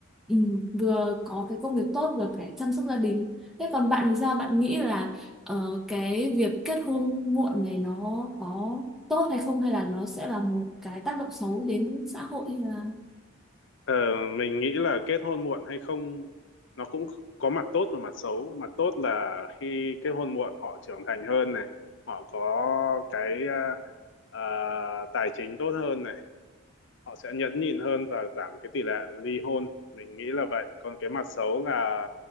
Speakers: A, in the centre; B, on the left.
A: ừm, vừa có cái công việc tốt vừa phải chăm sóc gia đình thế còn bạn thì sao bạn nghĩ là Ờ, cái việc kết hôn muộn này nó có tốt hay không hay là nó sẽ là một cái tác động xấu đến xã hội hay là
B: Ờ, mình nghĩ là kết hôn muộn hay không nó cũng có mặt tốt và mặt xấu. Mặt tốt là khi kết hôn muộn họ trưởng thành hơn này, họ có cái à, à, tài chính tốt hơn này, họ sẽ nhẫn nhịn hơn và giảm cái tỷ lệ ly hôn mình nghĩ là vậy còn cái mặt xấu là